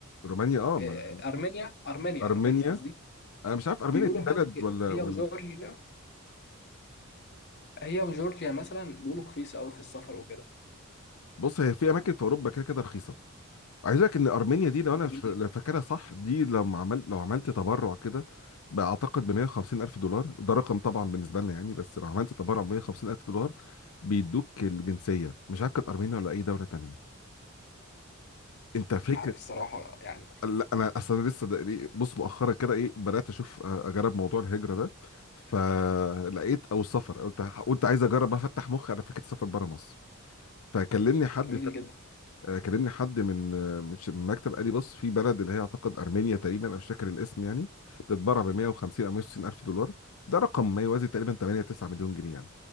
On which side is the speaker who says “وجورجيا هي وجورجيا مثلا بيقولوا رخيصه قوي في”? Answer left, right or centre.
Left